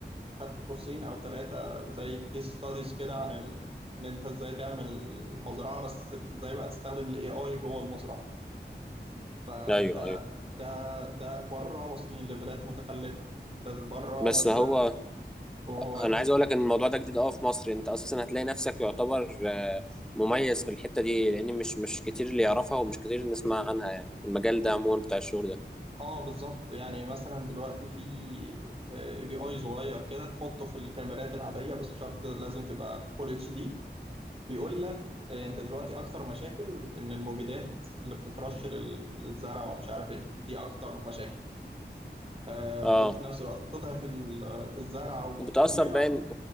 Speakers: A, on the right; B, in the centre.
A: خدت كورسين او ثلاثه زي كيس ستاديز كده عن ال... ان انت ازاي تعمل مزرعه بس ازاي بقى تستخدم الاي اي جوه المزرعه فده
B: ايوه ايوه
A: ده ده بره واصلين لليفلات متخلفه انت بره
B: بس
A: مثلا
B: هو
A: وهو
B: انا عايز اقول لك ان الموضوع ده جديد اه في مصر انت اساسا هتلاقي نفسك يعتبر آه، مميز في الحتة دي لان مش مش كتير اللي يعرفها ومش كتير نسمع عنها يعني في المجال ده عموما بتاع الشغل ده
A: اه بالظبط يعني مثلا دلوقتي في اي بي اي صغير كده تحطه في الكاميرات العاديه بس مش عارف لازم تبقى فول اتش دي بيقول لك آه، انت دلوقتي اكتر مشاكل ان المبيدات اللي بتترش لل- للزرع ومش عارف ايه دي اكتر مشاكل آه،
B: اه
A: ف- وفي نفس الوقت بتضعف ال- الزرع وكلها
B: وبتأثر باين